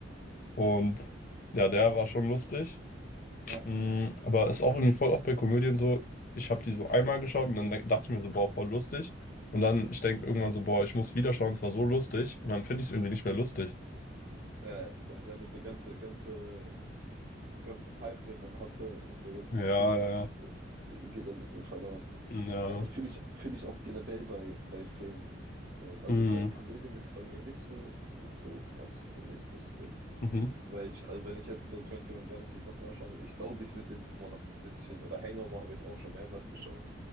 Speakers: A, on the left (about 45°); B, on the right (about 45°).
A: und ja, der war schon lustig.
B: ja.
A: Mm, aber ist auch irgendwie voll oft bei Komödien so, ich habe die so einmal geschaut und dann denk- dachte ich mir so, boah, voll lustig. Und dann, ich denke irgendwann so, boah, ich muss wieder schauen, es war so lustig. Und dann finde ich es irgendwie nicht mehr lustig.
B: Ja, dann deine so ganze, ganze ganzen Hype, den man hatte, und so ganzes
A: Ja,
B: Feeling
A: ja, ja.
B: äh, geht ein bisschen verloren.
A: Ja.
B: Ja, aber fühle ich, fühle ich auch generell bei, bei Filmen. Ähm, also
A: Mm,
B: bei Komödien ist es bei mir nicht so, nicht so krass, finde ich, das Ding.
A: Mhm.
B: Weil ich, also wenn ich jetzt so 21 Jump Street nochmal schaue, ich glaube, ich würde den immer noch witzig finden. Oder Hangover habe ich auch schon mehrmals geschaut.